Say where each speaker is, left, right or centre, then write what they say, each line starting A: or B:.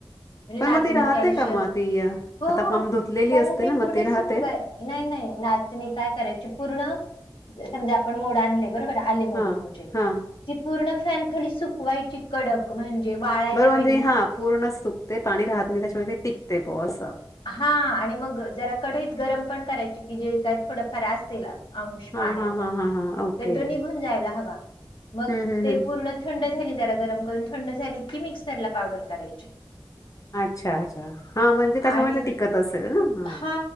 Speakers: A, on the left; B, on the left.
A: म्हणजे
B: पण
A: नाचणीत
B: मग ती राहते
A: कॅल्शियम
B: का मग ती अ,
A: हो
B: आता
A: हो
B: पाम धुतलेली
A: कारण
B: असते
A: ते
B: ना मग
A: पूर्ण
B: ती राहते
A: सुखवा नाही नाही नाचणी काय करायची पूर्ण समजा आपण मोड आणले बरोबर आले मोड
B: हा
A: तुमचे
B: हा
A: ती पूर्ण फॅन खाली सुकवायची कडक म्हणजे जेव्हाळायला
B: बरं म्हणजे
A: पाहिजे.
B: हा
A: ते
B: पूर्ण सुकते पाणी राहत नाही त्याच्यामुळे ते टिकते. ओ सा
A: हा आणि मग जरा कढईत गरम पण करायचीक्की जे काय थोडंफार असेला. अंश
B: हा
A: पाण्याचा
B: हा हा हा हा ओके
A: त तो निघून जायला हवा. मग
B: हम्म हम्म
A: ते
B: हम्म
A: पूर्ण थंड झाली जरा गरम करून थंड झाली की मिस्करला पावडर करायची.
B: अच्छा अच्छा. हा म्हणजे त्याच्यामुळे
A: आणि
B: ते टिकत असेल ना
A: हा